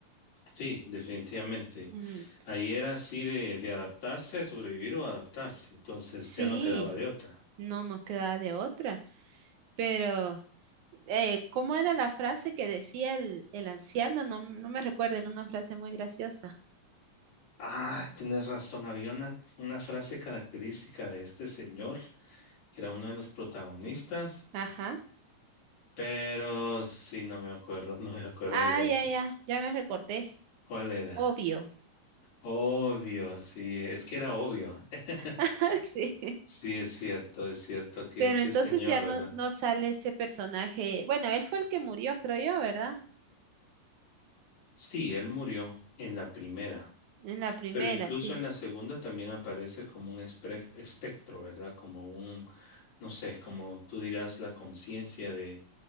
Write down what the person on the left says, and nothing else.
Sí, definitivamente.
Ahí era así de, de adaptarse, sobrevivir o adaptarse. Entonces
ya no quedaba de otra.
Ah, tienes razón. Había una, una frase característica de este señor, que era uno de los protagonistas,
pero sí, no me acuerdo, <laughs> no me acuerdo,
fíjate.
¿Cuál era?
Obvio, sí, es que era obvio. <laughs>
Sí, es cierto, es cierto que,
que
señor,
¿verdad?
Sí, él murió en la primera,
pero incluso
en la segunda también aparece como un espre- espectro, ¿verdad? Como un, no sé, como tú dirás, la conciencia de,